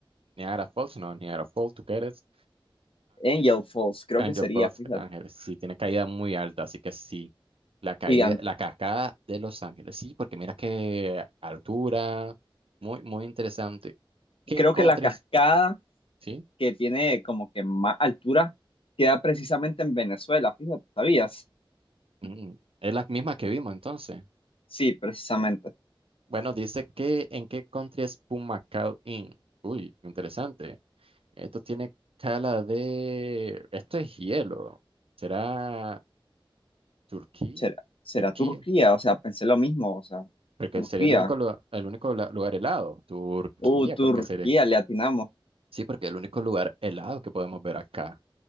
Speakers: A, on the right; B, on the left.
A: Niagara Falls. No, Niagara Falls. ¿Tú qué eres?
B: Angel Falls, creo
A: Angel
B: que sería,
A: Post
B: fíjate.
A: Ángeles, sí, tiene caída muy alta, así que sí. La caída,
B: Gigan-
A: la cascada de Los Ángeles, sí, porque mira qué altura, muy, muy interesante. ¿Qué
B: Creo
A: countries?
B: que la cascada
A: Sí,
B: que tiene como que más altura queda precisamente en Venezuela, fíjate, ¿sabías?
A: mm, es la misma que vimos entonces.
B: Sí, precisamente.
A: Bueno, dice que en qué country es Pumacao Inn. Uy, interesante. Esto tiene cala de. Esto es hielo. ¿Será Turquía?
B: ¿Será, será
A: Turquía.
B: Turquía? O sea, pensé lo mismo, o sea,
A: Porque
B: Turquía.
A: sería el único, lu- el único la- lugar helado. Turquía,
B: Uh, Turquía,
A: porque sería.
B: le atinamos.
A: Sí, porque es el único lugar helado que podemos ver acá.